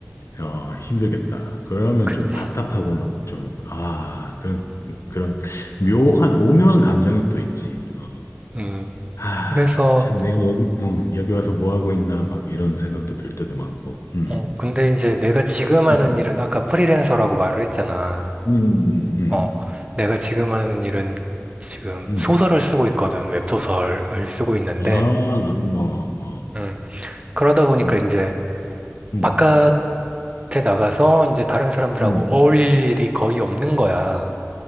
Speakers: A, on the left (about 80°); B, on the right (about 25°).
A: 어, 힘들겠다. 그러면
B: 그치.
A: 좀 답답하고 막 좀, 아, 그런, 그, 그런 묘한, 오묘한 감정이 또 있지. 어.
B: 음.
A: 아,
B: 그래서,
A: 참 내가 여기, 어, 여기 와서 뭐 하고 있나 막 이런 생각도 들 때도 많고. 음.
B: 어, 근데 이제 내가 지금 하는
A: 음.
B: 일은 아까 프리랜서라고 말을 했잖아.
A: 음. 음.
B: 어, 내가 지금 하는 일은 지금
A: 음.
B: 소설을 쓰고 있거든. 웹소설을 쓰고 있는데,
A: 아, 어, 어.
B: 음, 그러다 보니까
A: 음.
B: 이제
A: 음.
B: 바깥에 나가서 이제 다른 사람들하고
A: 음.
B: 어울릴 일이 거의 없는 거야.